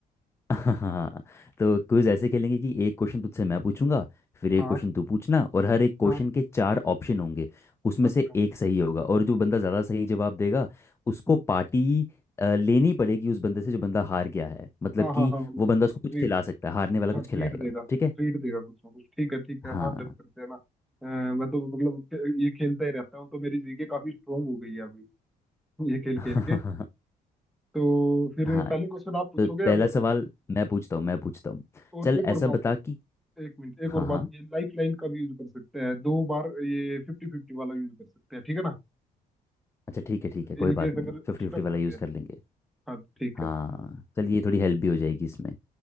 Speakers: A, on the left; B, in the centre.
A: <laughs> हाँ तो क्विज ऐसे खेलेंगे कि एक क्वेश्चन तुझसे मैं पूछूंगा फिर एक
B: हाँ
A: क्वेश्चन तू पूछना और हर एक क्वेश्चन
B: हाँ
A: के चार ऑप्शन होंगे उसमें
B: अच्छा
A: से एक सही होगा और जो बंदा ज़्यादा सही जवाब देगा उसको
B: हम्म
A: पार्टी अ, लेनी पड़ेगी उस बंदे से जो बंदा हार गया है मतलब
B: हाँ हाँ
A: कि
B: हाँ मतलब
A: वो बंदा उसको कुछ
B: ट्रीट
A: खिला सकता है हारने वाला
B: हाँ
A: कुछ खिलाएगा
B: ट्रीट देगा
A: ठीक है
B: ट्रीट देगा कुछ ना कुछ ठीक है ठीक
A: हाँ
B: है हाँ डन करते हैं ना अ, मैं तो मतलब खे- ये खेलता ही रहता हूँ तो मेरी जीके काफी स्ट्रांग हो गई है अभी ये खेल
A: <laughs>
B: खेल के तो फिर
A: हाँ
B: पहले क्वेश्चन आप पूछोगे
A: तो पहला
B: या मैं
A: सवाल
B: पूछूं
A: मैं पूछता हूँ मैं पूछता हूँ
B: और
A: चल
B: एक और
A: ऐसा
B: बात
A: बता कि
B: एक मिनट एक
A: हाँ
B: और
A: हाँ
B: बात ये लाइफ लाइन का भी यूज कर सकते हैं दो बार ये फिफ्टी फिफ्टी वाला यूज कर सकते हैं ठीक है ना
A: अच्छा ठीक है ठीक है कोई
B: इनकेस
A: बात नहीं
B: अगर
A: फिफ्टी
B: स्टक
A: फिफ्टी वाला
B: होते
A: यूज़
B: हैं
A: कर लेंगे
B: हाँ तो ठीक
A: हाँ
B: है
A: चल ये थोड़ी हेल्प भी हो जाएगी इसमें